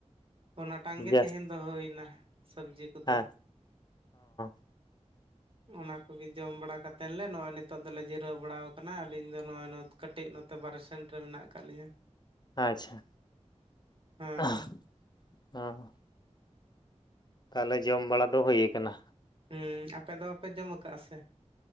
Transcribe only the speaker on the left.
ᱡᱟᱥ
ᱦᱮᱸ <unintelligible>
ᱟᱪᱪᱷᱟ
<inaudible> ᱛᱟᱦᱚᱞᱮ ᱡᱚᱢ ᱵᱟᱲᱟ ᱫᱚ ᱦᱩᱭ ᱟᱠᱟᱱᱟ?